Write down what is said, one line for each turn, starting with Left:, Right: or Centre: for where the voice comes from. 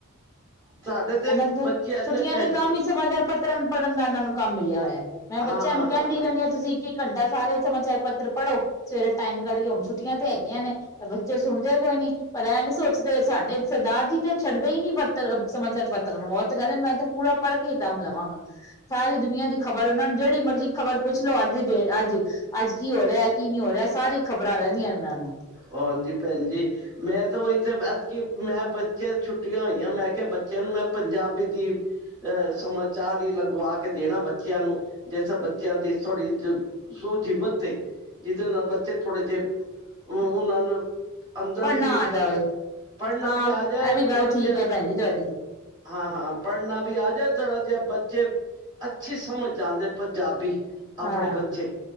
Right: ਸਾਡੇ ਤੇ
Left: ਐਨਾ ਦੇ
Right: ਬੱਚੇ ਇਨੇ
Left: ਛੁੱਟੀਆਂ
Right: ਭੈਣ
Left: ਦੇ ਕੰਮ
Right: ਜੀ
Left: 'ਚ ਸਮਾਚਾਰ ਪੱਤਰਨ, ਪੜ੍ਹਨ ਦਾ ਇਹਨਾਂ ਨੂੰ ਕੰਮ ਮਿਲਿਆ ਹੋਇਆ। ਮੈਂ ਬੱਚਿਆਂ
Right: ਹਾਂ ਹਾਂ
Left: ਨੂੰ ਕਹਿੰਦੀ
Right: ਹਾਂ ਹਾਂ
Left: ਰਹਿੰਨੀ ਆ ਤੁਸੀਂ ਕਿ ਘੰਟਾ ਸਾਰੇ ਸਮਾਚਾਰ ਪੱਤਰ ਪੜ੍ਹੋ। ਸਵੇਰੇ ਟਾਈਮ ਕੱਢ ਕੇ, ਹੁਣ ਛੁੱਟੀਆਂ ਤੇ ਹੈਗੀਆਂ ਨੇ ਤੇ ਬੱਚੇ ਸੁਣਦੇ ਕੋਈ ਨੀ, ਪਰ ਇਹ ਨੀ ਸੋਚਦੇ ਸਾਡੇ ਸਰਦਾਰ ਜੀ ਤਾਂ ਛੱਡਦੇ ਈ ਨੀ ਪੱਤਰ, ਸਮਾਚਾਰ ਪੱਤਰਾਂ ਨੂੰ। ਉਹ ਤੇ ਕਹਿੰਦੇ ਮੈਂ ਤਾਂ ਪੂਰਾ ਪੜ੍ਹਕੇ ਈ ਦਮ ਲਵਾਂਗਾ। ਸਾਰੀ ਦੁਨੀਆਂ ਦੀ ਖ਼ਬਰ ਉਹਨਾਂ ਨੂੰ, ਜਿਹੜੀ ਮਰਜ਼ੀ ਖ਼ਬਰ ਪੁੱਛ ਲੋ। ਅੱਜ ਜੇ ਅੱਜ ਅੱਜ ਕੀ ਹੋ ਰਿਹਾ, ਕੀ ਨੀ ਹੋ ਰਿਹਾ, ਸਾਰੀ ਖ਼ਬਰਾਂ ਰਹਿੰਦੀਆਂ ਇਹਨਾਂ ਨੂੰ।
Right: ਹਾਂਜੀ, ਭੈਣ ਜੀ। ਮੈਂ ਤੋ ਉਹੀ ਇਥੇ ਬੇਹ ਕਿ ਮੈਂ ਬੱਚਿਆਂ ਛੁੱਟੀਆਂ ਹੋਈਆਂ, ਮੈਂ ਕਿਹਾ ਬੱਚਿਆਂ ਨੂੰ, ਮੈਂ ਪੰਜਾਬੀ ਦੀ ਅਹ ਸਮਾਚਾਰ ਈ ਲਗਵਾ ਕੇ ਦੇਣਾ ਬੱਚਿਆਂ ਨੂੰ। ਜਿਸ ਬੱਚਿਆਂ ਦੀ ਥੋੜ੍ਹੀ ਜ ਸੋਝੀ ਵੱਧੇ, ਜਿਹਦੇ ਨਾਲ ਬੱਚੇ ਥੋੜੇ ਜਿਹੇ ਉਹ ਉਹਨਾਂ ਨੂੰ ਅੰਦਰ
Left: ਪੜ੍ਹਨਾ
Right: ਦੀ,
Left: ਆ ਜਾਵੇ
Right: ਪੜ੍ਹਨਾ
Left: ਹਾਂ
Right: ਵੀ ਆ ਜਾਏ,
Left: ਇਹ ਵੀ
Right: ਥੋੜਾ
Left: ਗੱਲ
Right: ਜਿਹਾ
Left: ਠੀਕ ਹੈ ਭੈਣ ਜੀ ਤੁਹਾਡੀ
Right: ਹਾਂ-ਹਾਂ, ਪੜ੍ਹਨਾ ਵੀ ਆ ਜਾਏ, ਥੋੜ੍ਹਾ ਜਿਆ ਬੱਚੇ ਅੱਛੀ ਸਮਝ ਜਾਂਦੇ ਪੰਜਾਬੀ ਆਪਣੇ
Left: ਹਾਂ
Right: ਬੱਚੇ